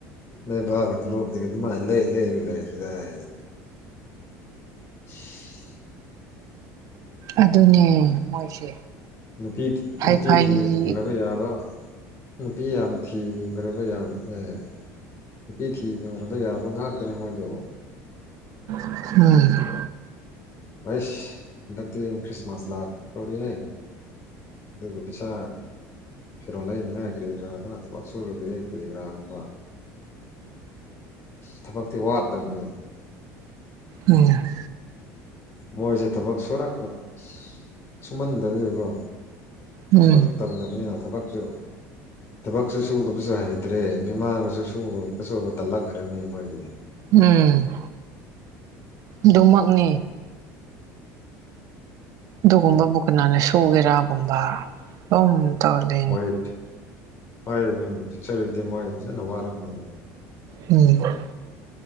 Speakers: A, on the left; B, on the right.
A: ꯅꯣꯏ ꯕꯥ <unintelligible> ꯂꯩꯂꯩ ꯂꯩꯈꯗꯥꯏ <inaudible>
B: ꯑꯗꯨꯅꯦ ꯃꯣꯏꯁꯦ
A: ꯅꯨꯄꯤ
B: ꯍꯥꯏ
A: ꯅꯨꯄꯤ
B: ꯐꯥꯏꯒꯤ
A: ꯊꯤꯍꯟꯒ꯭ꯔꯥꯒ ꯌꯥꯕ ꯅꯨꯄꯤ ꯌꯥꯝ ꯊꯤꯕ꯭ꯔꯥꯕ ꯌꯥꯝꯅ ꯑꯦ ꯅꯨꯄꯤ ꯊꯤꯕ ꯑꯣꯏꯔꯕ ꯌꯥꯕ ꯉꯥꯛꯇꯅꯦ ꯃꯣꯏꯗꯣ
B: ꯎꯝ
A: ꯑꯩꯁ ꯍꯟꯗꯛꯇꯤ ꯈ꯭ꯔꯤꯁꯃꯥꯁ ꯂꯥꯛ ꯇꯧꯔꯦꯍꯦ ꯑꯗꯨꯕꯨ ꯄꯩꯁꯥ ꯐꯤꯔꯣꯜ ꯂꯩꯅꯤꯡꯉꯥꯏ ꯀꯔꯤ ꯀꯔꯥ ꯊꯕꯛ ꯁꯨꯔꯨꯒꯦ ꯀꯔꯤ ꯀꯔꯥ ꯀꯨꯝꯕ ꯊꯕꯛ ꯊꯤ ꯋꯥꯠꯇꯝꯅꯦ
B: ꯎꯝ
A: ꯃꯣꯏꯁꯦ ꯊꯕꯛ ꯁꯨꯔꯛꯑꯣꯏ ꯁꯨꯝꯃꯟꯗꯕꯒꯤꯀꯣ
B: ꯎꯝ
A: ꯁꯨꯔꯛ ꯇꯝꯅꯦꯅꯤꯅ ꯊꯕꯛꯁꯨ ꯊꯕꯛꯁꯨ ꯁꯨꯗꯕꯁꯨ ꯍꯩꯇ꯭ꯔꯦ ꯃꯤꯃꯥꯡꯗ ꯁꯨꯔꯨꯕꯁꯨ ꯇꯜꯂꯛꯈ꯭ꯔꯅꯤ ꯃꯣꯏꯗꯤ
B: ꯎꯝ ꯑꯗꯨꯃꯛꯅꯦ ꯑꯗꯨꯒꯨꯝꯕꯕꯨ ꯀꯅꯥꯅ ꯁꯨꯒꯦꯔꯥꯒꯨꯝꯕ ꯎꯝ ꯇꯜꯂꯦ
A: ꯃꯣꯏꯠ ꯃꯣꯏ ꯑꯅꯤ ꯍꯨꯖꯤꯛ ꯆꯠꯂꯗꯤ ꯃꯣꯏ ꯐꯖꯅ ꯋꯥꯔꯒꯅꯤ
B: ꯎꯝ